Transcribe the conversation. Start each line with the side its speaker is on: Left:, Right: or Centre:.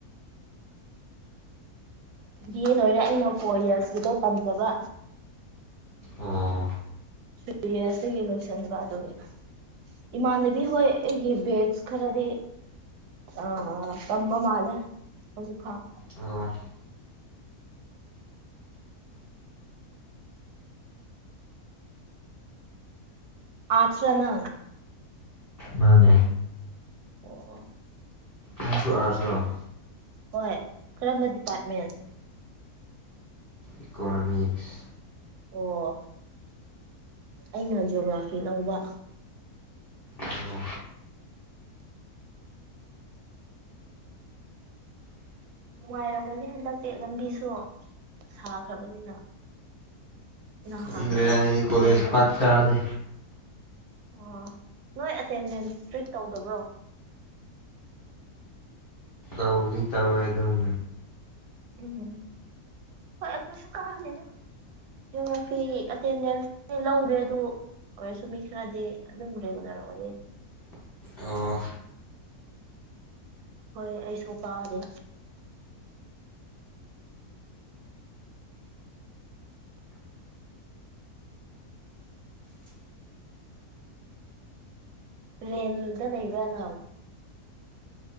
Right: ꯕꯤ ꯑꯦ ꯂꯣꯏꯔꯦ ꯑꯩꯅ ꯀꯣꯂꯖꯀꯤꯗꯣ ꯇꯝꯗꯕ
Left: ꯑꯣ
Right: ꯊ꯭ꯔꯤ ꯌꯔꯁꯇꯒꯤ ꯂꯣꯏꯁꯟꯂꯕ ꯑꯗꯨꯒꯤ ꯏꯃꯥꯟꯅꯕꯤ ꯍꯣꯏ ꯑꯩꯒꯤ ꯕꯦꯠꯁ ꯈꯔꯗꯤ ꯑ ꯀꯃ ꯃꯥꯂꯦ ꯍꯧꯖꯤꯛ ꯐꯥꯎ
Left: ꯑꯣ
Right: ꯑꯆꯅ
Left: ꯃꯥꯅꯦ
Right: ꯑꯣ ꯑꯣ
Left: ꯅꯪꯁꯨ ꯑꯥꯔꯖ ꯂꯑꯣ
Right: ꯍꯣꯏ ꯀꯔꯝꯕ ꯗꯤꯄꯥꯔꯠꯃꯦꯟ
Left: ꯏꯀꯣꯅꯣꯃꯤꯛꯁ
Right: ꯑꯣ ꯑꯩꯅ ꯖꯤꯑꯣꯒ꯭ꯔꯥꯐꯤ ꯂꯧꯕ
Left: ꯑꯣ
Right: ꯅꯨꯡꯉꯥꯏꯔꯕꯗꯤ ꯍꯟꯗꯛꯇꯤ ꯂꯝꯕꯤꯁꯨ ꯁꯥꯈ꯭ꯔꯕꯅꯤꯅ ꯅꯍꯥꯟ
Left: ꯈꯪꯗ꯭ꯔꯦꯗ
Right: ꯑꯩꯈꯣꯏ
Left: ꯑꯩꯗꯤ ꯀꯣꯂꯦꯖ
Right: ꯂꯩꯕ
Left: ꯄꯥꯛ
Right: ꯃꯇꯝꯗꯗꯤ
Left: ꯀꯥꯗꯦ
Right: ꯑꯣ ꯅꯣꯏ ꯑꯦꯇꯦꯟꯗꯦꯟꯁ ꯏꯁꯇ꯭ꯔꯤꯛ ꯇꯧꯗꯕ꯭ꯔꯣ
Left: ꯇꯧꯔꯤ ꯇꯧꯋꯦ ꯑꯗꯨꯝ
Right: ꯎꯝ ꯍꯣꯏ ꯑꯩꯈꯣꯏꯁꯨ ꯀꯥꯅꯦꯗ ꯒ ꯐꯤ ꯑꯦꯇꯦꯟꯗꯦꯟꯁ ꯂꯧꯗꯦ ꯑꯗꯨ ꯑꯣꯏꯔꯁꯨ ꯃꯤ ꯈꯔꯗꯤ ꯑꯗꯨꯝ ꯔꯦꯒꯨꯂꯔ ꯑꯣꯏꯌꯦ
Left: ꯑꯣ
Right: ꯍꯣꯏ ꯑꯩꯁꯨ ꯀꯥꯗꯦ ꯔꯗ ꯂꯩꯕꯅ